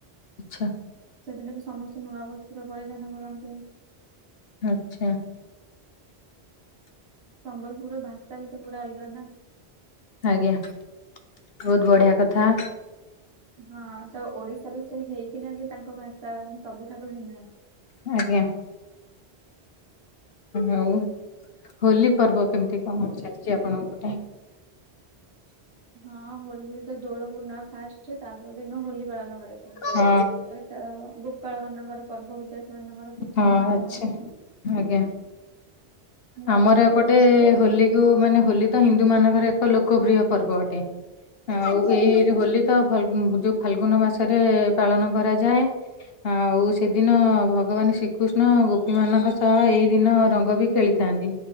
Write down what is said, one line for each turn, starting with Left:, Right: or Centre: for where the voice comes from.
Left: ଆଚ୍ଛା।
Right: ସେଦିନ ବି ସମସ୍ତେ ନୂଆ ବସ୍ତୁର ପରିଧାନ କରନ୍ତି।
Left: ଆଛା।
Right: ସମ୍ବଲପୁର ଭାଷା ବି ତ ପୁରା ଅଲଗା ନା।
Left: ଆଜ୍ଞା ବହୁତ ବଢିଆ କଥା।
Right: ହଁ ତ ଓଡିଶାରୁ ସେ ହେଇକିନା ବି ତାଙ୍କ ଭାଷା ମାନେ ସବୁଠାରୁ ଭିନ୍ନ।
Left: ଆଜ୍ଞା। ଆଉ ହୋଲି ପର୍ବ କେମିତି କଣ ଚାଲିଚି ଆପଣଙ୍କ ପଟେ?
Right: ହଁ ହୋଲି ତ ଦୋଳ ପୂର୍ଣ୍ଣିମା ଫାଷ୍ଟ ତାପ ଦିନ ହୋଲି ପାଳନ କରାଯାଏ।
Left: ହଁ
Right: ତ ଗୋପାଳ ମାନଙ୍କର ପର୍ବ ହୋଇଥାଏ ସେମାନାନଙ୍କର ପିଠା
Left: ହଁ
Right: ପଣା
Left: ଆଚ୍ଛା
Right: କରନ୍ତି।
Left: ଆଜ୍ଞା।
Right: ନୂଆ
Left: ଆମର
Right: ବସ୍ତ୍ର
Left: ଏପଟେ ହୋଲିକୁୁ ମାନେ ହୋଲି ତ ହିନ୍ଦୁ ମାନଙ୍କର ଏକ ଲୋକପ୍ରିୟ ପର୍ବ ଅଟେ। ଆଉ
Right: ହଁ
Left: ଏଇ ହୋଲି ତ ଫାଲଗୁ ଯୋଉ ଫାଲଗୁନ ମାସରେ ପାଳନ କରାଯାଏ। ଆଉ ସେଦିନ ଭଗବାନ ଶ୍ରୀକୃଷ୍ଣ ଗୋପୀମାନଙ୍କ ସହ ଏଇ ଦିନ ରଙ୍ଗବି ଖେଳିଥାନ୍ତି